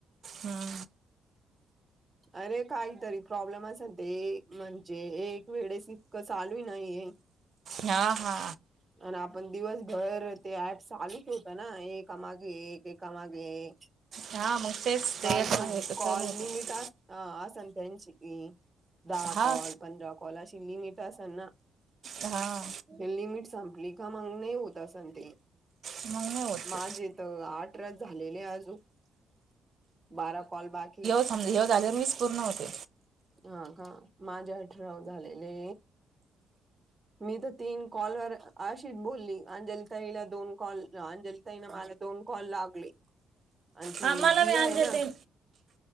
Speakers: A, on the right; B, on the right.
A: हम
B: अरे काहीतरी प्रॉब्लेम अस ना ते म्हणजे एक वेळेस इकं चालू नाहीय
A: हा हा
B: आणि आपण दिवसभर ते ऍप चालूच होत ना एकामागे एक एकामागे एक
A: हा मग तेच
B: काल
A: ते एक एक
B: खूप
A: चालू
B: कॉल
A: होतं
B: लिमिट अस असणं त्यांची दहा
A: हा
B: कॉल पंधरा कॉल कॉल अशी लिमिट असेल ना
A: हा
B: लिमिट संपली का मग नाही होत अस ते
A: मग नाही होत ते
B: माझे आठ रात झालेले अजून बारा कॉल बाकी
A: समजे येव दजर वीस पूर्ण होते
B: हा का माझ्या अ ठराव झालेले मी तर तीन कॉलवरर अशीच बोलली अंजलिताईला दोन कॉल अंजलिताई मला दोन कॉल लागले आणि ती
A: हा मला
B: जीया
A: मी अंजल
B: आहे ना
A: ते